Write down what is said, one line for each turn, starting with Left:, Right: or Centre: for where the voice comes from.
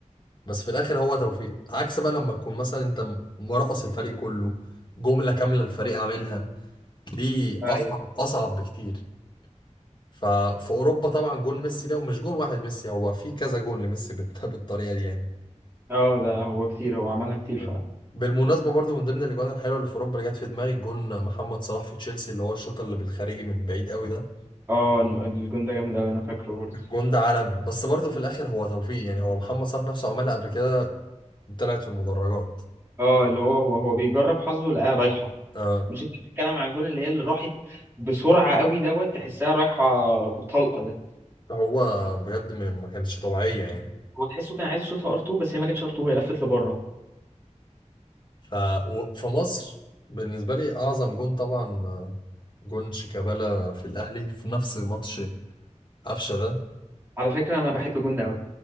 Left: بس في الاخر هو توفيق عكس بقى لما تكون مثلا انت مرقص الفريق كله جملة كاملة الفريق عاملها دي
Right: ايوه
Left: اصعب اصعب بكتير ففي اوروبا طبعا جون ميسي ده ومش جون واحد ميسي هو في كذا جون لميسي بالت- <laughs> بالطريقة دي يعني
Right: اه ده هو كتير هو عملها كتير
Left: ف-
Right: فعلا
Left: بالمناسبة برضو من ضمن الاجوان الحلوة اللي في اوروبا اللي جت في دماغي جون محمد صلاح في تشيلسي اللي هو الشوط اللي بالخارجي من بعيد قوي ده
Right: اه الم- الجون ده جامد قوي انا فاكره برضه
Left: الجون ده عالمي بس برضو في الاخر هو توفيق يعني هو محمد صلاح نفسه عملها قبل كده طلعت في المدرجات
Right: اه اللي هو هو هو بيجرب حظه لقاها رايحه
Left: آه
Right: مش انت بتتكلم عن الجون اللي هي اللي راحت بسرعه قوي دوت تحسها رايحه بطلقه ده
Left: هو بجد ما ما كانتش طبيعية يعني
Right: هو تحسه كان عايز يشوطها ار 2 بس هي ما جاتش ار 2 هي لفت لبره
Left: ففي مصر بالنسبة لي أعظم جون طبعا آه، جون شيكابالا في الأهلي في نفس ماتش قفشة ده
Right: على فكره انا بحب الجون ده قوي